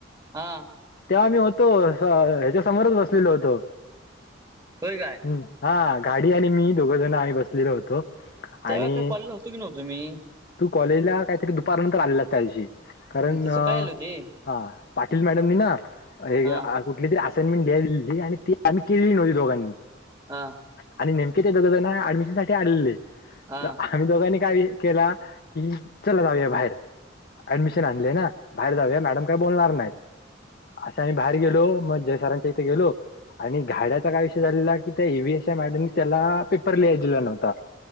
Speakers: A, on the right (about 20°); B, on the left (about 50°).
A: हा
B: तेव्हा आम्ही होतो स ह्याच्या समोरच बसलेलो होतो.
A: होय काय?
B: हम् हा गाडी आणि मी दोघ जण आम्ही बसलेलो होतो.
A: तेव्हा
B: आणि
A: काय कॉलला होतो की न्हवतं मी?
B: तू कॉलेजला काहीतरी दुपारनंतर आलेलाच त्या दिवशी. कारण
A: ते
B: आ
A: सकाळी आले होते
B: हा पाटील मॅडमनी ना हे
A: हा
B: या आ कुठली तरी असाइनमेंट द दिली आणि ती आम्ही केली नव्हती दोघांनी.
A: हा
B: आणि नेमके ते दोघ जना ऍडमिशन साठी आलेले,
A: हा
B: तर आम्ही दोघांनी काय केला? की, चला जाऊया बाहेर. ऍडमिशन आणले ना, बाहेर जाऊया मॅडम काही बोलणार नाहीत, असा बाहेर गेलो, मग जयसरांच्या इथे गेलो. आणि घाड्याचा काय विषय झालेला, की त्या एव्हीएश मॅडमने त्याला पेपर लिहाय दिला नव्हता.